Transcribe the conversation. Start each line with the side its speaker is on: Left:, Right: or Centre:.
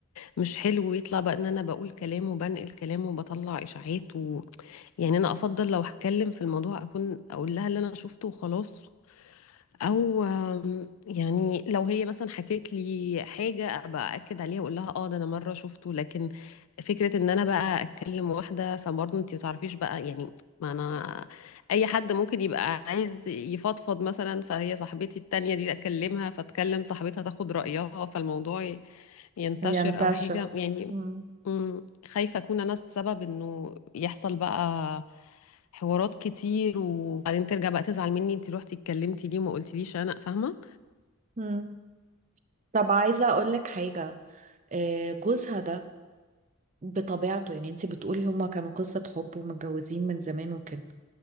Left: مش حلو ويطلع بقى إن أنا بقول كلام وبنقل كلام وبطلع إشاعات يعني انا افضل لو هتكلم في الموضوع اكون اقول لها اللي انا شفته وخلاص او آم، يعني لو هي مثلا حكيت لي حاجه ابقى اكد عليها واقول لها اه ده انا مره شفته لكن فكره ان انا بقى اتكلم واحده فبرضه انت ما تعرفيش بقى يعني ما انا اي حد ممكن يبقى عايز يفضفض مثلا فهي صاحبتي التانية دي اكلمها فتكلم صاحبتها تاخد رايها فالموضوع ي- ينتشر
Right: ينتشر
Left: او حاجه يعني
Right: مم.
Left: مم. خايفة أكون أنا السبب إنه يحصل بقى حوارات كتير وبعدين ترجع بقى تزعل مني أنت روحتي اتكلمتي ليه وما قلتليش أنا فاهمة
Right: مم. طب عايزة أقول لك حاجة آه، جوزها ده بطبيعته يعني انت بتقولي هما كانوا قصة حب ومتجوزين من زمان وكده